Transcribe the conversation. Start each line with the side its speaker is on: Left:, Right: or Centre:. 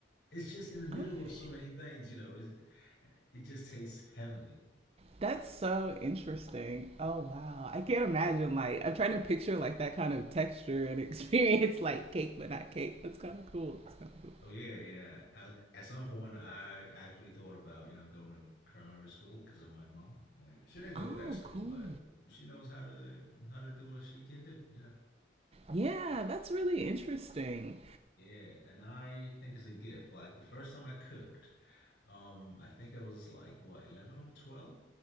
Left: It's just in the middle
Right: okay,
Left: of so many things, you know. It's, it just tastes heavenly.
Right: that's so interesting. Oh wow, I can't imagine like I'm trying to picture like that kind of texture and experience <laughs> like cake but not cake. That's kind of cool. That's kind of cool.
Left: Oh yeah, yeah. At, at some point, I actually thought about you know going to culinary school because of my mom. Like she didn't go
Right: Oh
Left: to that school,
Right: cool.
Left: but she knows how to how to do what she can do, you know.
Right: Yeah, that's really interesting.
Left: Yeah, and I think it's a gift. Like the first time I cooked, um, I think I was like what, 11 or 12?